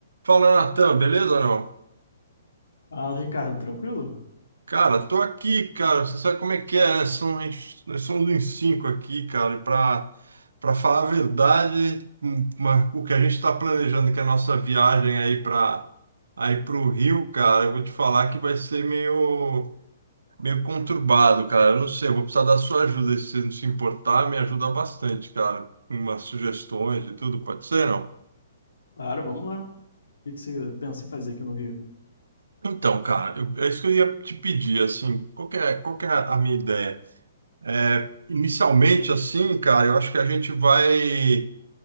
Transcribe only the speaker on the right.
Fala, Natan, beleza ou não?
Cara, tô aqui, cara. Você sabe como é que é, né? São, a gente- nós somos uns cinco aqui, cara. E pra, pra falar a verdade, hum, uma- o que a gente tá planejando, que é a nossa viagem aí pra, aí pro Rio, cara, eu vou te falar que vai ser meio, meio conturbado, cara. Eu não sei, eu vou precisar da sua ajuda. Se você não se importar, me ajuda bastante, cara. Umas sugestões e tudo, pode ser, não?
Então, cara, eu- é isso que eu ia te pedir, assim, qual que é, qual que é a minha ideia? É, inicialmente, assim, cara, eu acho que a gente vai